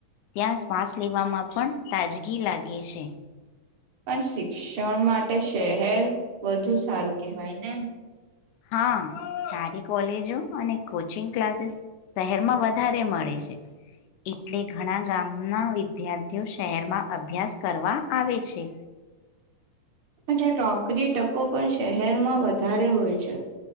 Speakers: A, on the left (about 80°); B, on the right (about 55°).
A: ત્યાં શ્વાસ લેવામાં પણ તાજગી લાગે છે.
B: પણ શિક્ષણ માટે શહેર વધુ સારું કેહેવાય ને.
A: હા સારી કોલેજો અને કોચિંગ ક્લાસીસ શહેરમાં વધારે મળે છે, એટલે ઘણા ગામના વિદ્યાર્થીઓ શહેરમાં અભ્યાસ કરવા આવે છે.
B: જો નોકરી ટકો પણ શહેરમાં વધારે હોય છે.